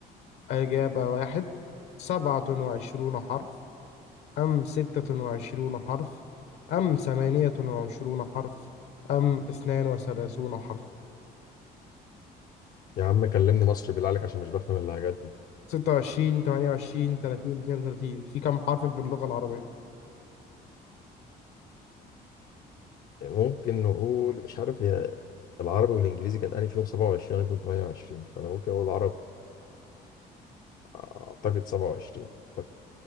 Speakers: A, on the left; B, on the left.
A: إجابة واحد سبعة وعشرون حرف أم ستة وعشرون حرف أم ثمانية وعشرون حرف أم اثنان وثلاثون حرف
B: يا عم كلمني مصري بالله عليك عشان مش بفهم اللهجات دي
A: ستة وعشرين تمانية وعشرين تلاتين اتنين وتلاتين في كم حرف في اللغة العربية؟
B: ممكن نقول مش عارف هي العربي والانجليزي كان انهي فيهم 27 انا كنت 28 فانا ممكن اقول العربي اعتقد 27 اعتقد